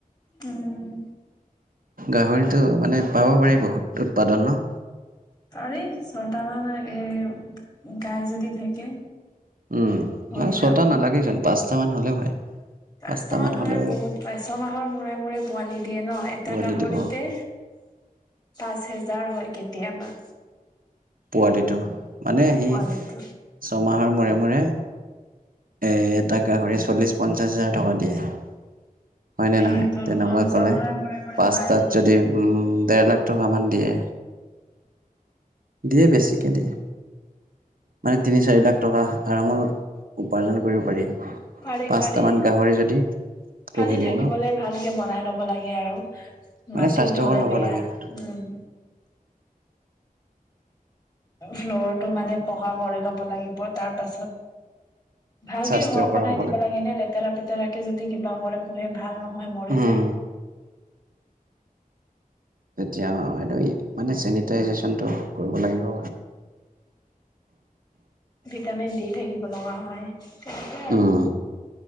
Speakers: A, on the left; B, on the right.
A: উম।
B: গাহৰিটো মানে পাব পাৰি বহুত উৎপাদন ন
A: পাৰি ছটা মান এ গাই যদি থাকে
B: উম
A: হৈ
B: মানে ছটা
A: যাব।
B: নালাগে যেন পাঁচটা মান হলেও হয়
A: পাঁচটা
B: পাঁচটামান
A: মান
B: হ'লেও
A: হ'লে বহুত পায় ছমাহৰ মূৰে মূৰে পোৱালি দিয়ে ন' এটা
B: পোৱালি
A: গাহৰিতে
B: দিব
A: পাঁচ হোজাৰ হয় কেতিয়াবা
B: পোৱালিটো মানে সি
A: পোৱালিটো।
B: ছমাহৰ মূৰে মূৰে এ এটা গাহৰি চল্লিশ পঞ্চাছ হাজাৰ টকা দিয়ে হয়নে
A: দিয়েতো
B: নহয় তেনেকুৱা
A: অ ছমাহৰ
B: কলে
A: মূৰে মূৰে
B: পাছটাত
A: পায়।
B: যদি উম দেৰ লাখ টকা মান দিয়ে দিয়ে বেছিকে দিয়ে মানে তিনি চাৰি লাখ টকা আৰামত উপাৰ্জন কৰিব পাৰি
A: পাৰি
B: পাঁচটামান
A: পাৰি
B: গাহৰি যদি পুহি
A: খালি
B: দিওঁ
A: থাকিবলে
B: ন
A: ভালকে বনাই লব লাগে আৰু
B: মানে
A: মাটিত
B: স্বাস্থ্যকৰ
A: হলে
B: হ'ব
A: বেয়া
B: লাগে সিহঁতৰ
A: উম ফ্ল'ৰটো মানে পকা কৰি‌ লব লাগিব তাৰ পাছত ভালকে
B: স্বাস্থ্যকৰ
A: ঘৰ বনাই
B: হ'ব
A: দিব লাগে নে লেতেৰা পেতেৰাকে কে যদি কিবা কৰে পোহে ভাল নহয় মৰি
B: উম
A: যায়
B: তেতিয়া এইটো মানে চেনিটাইজেশ্যনটো কৰিব লাগিব
A: ভিটামিন দি থাকিব লগা হয় তেনেকে আৰু
B: উম